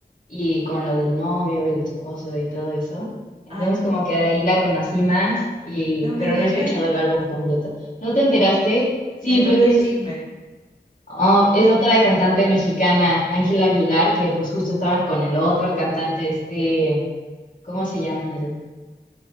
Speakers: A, on the left; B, on the right.
A: y con lo del novio, el esposo y todo eso. Entonces
B: Ay, no,
A: como que de ahí la conocí más, y,
B: no me
A: pero
B: enteré.
A: no he escuchado el álbum completo. ¿No te enteraste? Sí,
B: <laughs> Me perdí
A: pues es,
B: el chisme.
A: oh, es otra cantante mexicana, Ángela Aguilar, que pues justo estaban con el otro cantante, este, ¿cómo se llama? El,